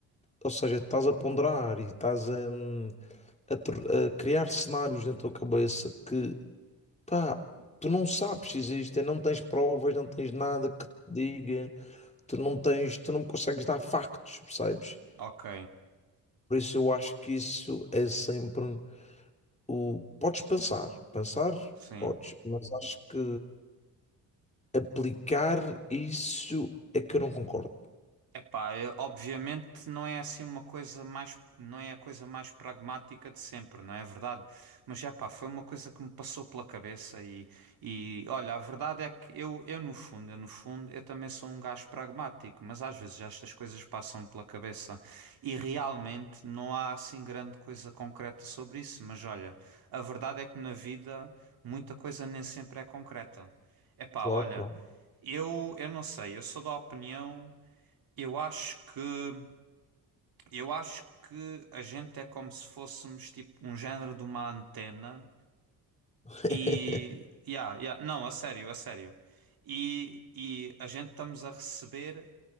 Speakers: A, on the left (about 15°); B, on the right (about 55°).
A: Ou seja, estás a ponderar e estás a, hum, a tr- a criar cenários na tua cabeça que, pá, tu não sabes se existem, não tens provas, não tens nada que te diga. Tu não tens, tu não consegues dar factos, percebes?
B: ok,
A: Por isso eu acho que isso é sempre o. Podes pensar, pensar,
B: sim.
A: podes, mas acho que aplicar isso é que eu não concordo.
B: Epá, eu- obviamente não é assim uma coisa mais, não é a coisa mais pragmática de sempre, não é verdade? Mas é pá, foi uma coisa que me passou pela cabeça e, e olha, a verdade é que eu, eu no fundo, eu no fundo, eu também sou um gajo pragmático, mas às vezes estas coisas passam pela cabeça e realmente não há assim grande coisa concreta sobre isso, mas olha, a verdade é que na vida muita coisa nem sempre é concreta. Epá,
A: Claro,
B: olha,
A: claro.
B: eu, eu não sei, eu sou da opinião eu acho que eu acho que a gente é como se fôssemos tipo um género de uma antena
A: <laughs>
B: e yeah, yeah, não, a sério, a sério. E, e a gente estamos a receber